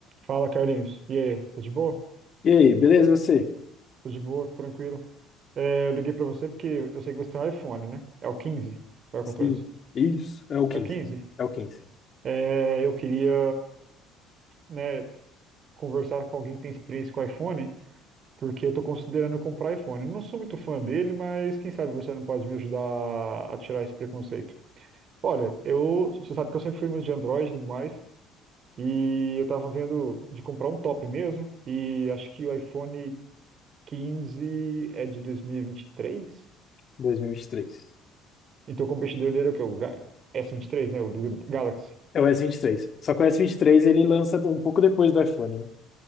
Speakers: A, on the right; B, on the left.
A: Fala, Carlinhos. E aí? Tudo de boa?
B: E aí, beleza você?
A: Tudo de boa, tranquilo. É, eu liguei pra você porque eu sei que você tem um iPhone, né? É o quinze, Ou é o
B: Sim,
A: 14?
B: Isso, é o quinze,
A: É o 15.
B: É o quinze,
A: É, eu queria, né, conversar com alguém que tem experiência com iPhone, porque eu tô considerando comprar iPhone. Eu não sou muito fã dele, mas quem sabe você não pode me ajudar a tirar esse preconceito. Olha, eu, você sabe que eu sempre fui muito de Android e tudo mais, e eu tava vendo de comprar um top mesmo, e acho que o iPhone quinze é de dois mil e e vinte e três
B: dois mil e vinte e três.
A: Então, o competidor dele é o quê? O Ga- s vinte e três né? O do Galaxy.
B: É o s vinte e três. Só que o s vinte e três ele lança um pouco depois do iPhone, né?